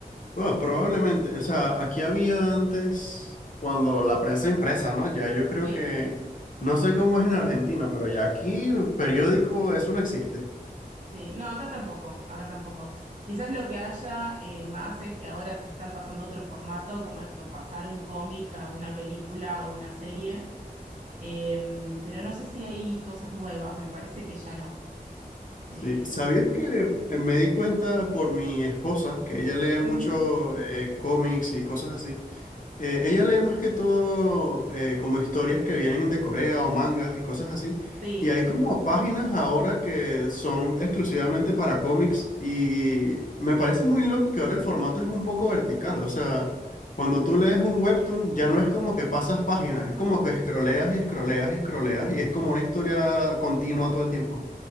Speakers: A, on the left; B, on the right.
A: Bueno, probablemente, o sea, aquí había antes cuando la prensa impresa, ¿no? Ya yo creo
B: Sí,
A: que, no sé cómo es en Argentina, pero ya aquí periódico, eso no existe.
B: sí. No, acá tampoco, acá tampoco. Quizás lo que haya eh, más es que ahora se están pasando otro formato, como esto, pasar un cómic a una película o una serie. Em, pero no sé si hay cosas nuevas, me parece que ya no. Em,
A: Sí, ¿sabías que eh, me di cuenta por mi esposa, que ella lee
B: ujú,
A: mucho eh, cómics y cosas así? Eh, ella lee más que todo eh, como historias que vienen de Corea o mangas y cosas así.
B: sí.
A: Y hay como páginas ahora que son exclusivamente para cómics y me parece muy loco que ahora el formato es un poco vertical. O sea, cuando tú lees un webtoon ya no es como que pasas páginas,
B: Ah,
A: es como que escroleas y escroleas y escroleas y es como una historia continua todo el tiempo.